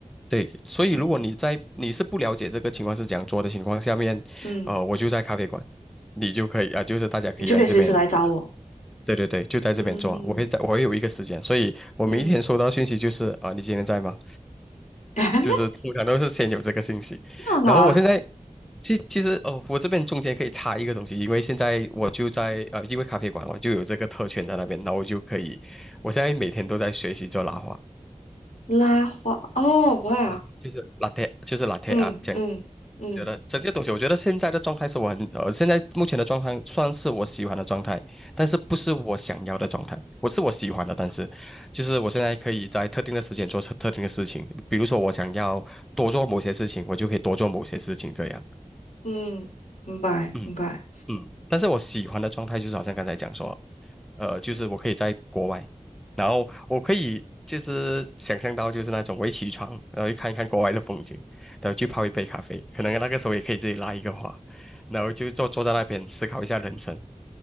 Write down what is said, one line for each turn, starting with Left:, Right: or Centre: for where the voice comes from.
Centre: 对，所以如果你在你是不了解这个情况是怎样做的情况下面，
Left: 嗯嗯，
Centre: 呃，我就在咖啡馆，你就可以啊、就是大家可以来这边，
Left: 你就可以随时来找我。
Centre: 对对对，就在这边做，
Left: 嗯
Centre: 我会在，我会有一个时间，所以我每一天收到信息就是啊、
Left: 嗯。
Centre: 你今天在吗？
Left: <laughs>
Centre: 就是通常都是先有这个信息，
Left: 棒好啊，
Centre: 然后我现在其其实哦，我这边中间可以插一个东西，因为现在我就在呃，因为咖啡馆我就有这个特权在那边，然后我就可以，我现在每天都在学习做拉花，
Left: 拉花哦，哇，
Centre: 嗯就是 l a 就是 l a
Left: 嗯嗯嗯
Centre: 啊这样觉得这个东西，我觉得现在的状态是我很呃，现在目前的状态算是我喜欢的状态，但是不是我想要的状态，不是我喜欢的，但是就是我现在可以在特定的时间做特特定的事情，比如说我想要多做某些事情，我就可以多做某些事情这样，
Left: 嗯，明白明白。
Centre: 嗯嗯，但是我喜欢的状态就是好像刚才讲说，呃，就是我可以在国外，然后我可以就是想象到就是那种我一起床，然后去看一看国外的风景，然后去泡一杯咖啡，可能那个时候也可以自己拉一个花，然后就坐坐在那边思考一下人生，